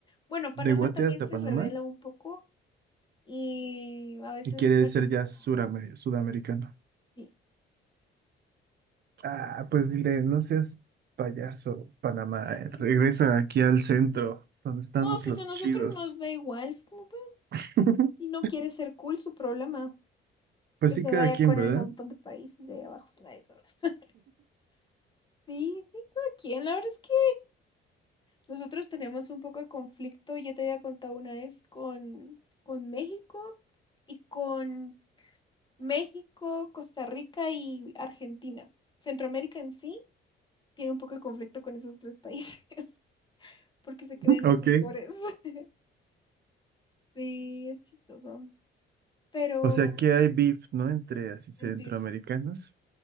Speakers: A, on the left; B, on the right.
A: Bueno, Panamá
B: De Guate
A: también
B: hasta
A: se
B: Panamá
A: revela un poco y a veces
B: y quiere
A: Panamá,
B: ser ya surameri- sudamericano.
A: sí,
B: Ah, pues dile, no seas payaso, Panamá. eh,
A: sí.
B: Regresa aquí al centro, donde estamos
A: No, pues
B: los
A: a nosotros
B: chidos.
A: nos da igual. Es como, bueno,
B: <laughs>
A: si no quiere ser cool, su problema.
B: Pues
A: Que
B: sí,
A: se
B: cada
A: vaya
B: quien,
A: con
B: ¿verdad?
A: el montón de países de ahí abajo. Nada de eso. <laughs> Sí, sí, cada quien. La verdad es que nosotros tenemos un poco de conflicto. Ya te había contado una vez con, con México y con México, Costa Rica y Argentina. Centroamérica en sí tiene un poco de conflicto con esos tres países <laughs> porque se creen
B: Ok.
A: los mejores. <laughs> Sí, es chistoso. Pero
B: O sea que hay beef, ¿no? Entre así centroamericanos.
A: hay beef.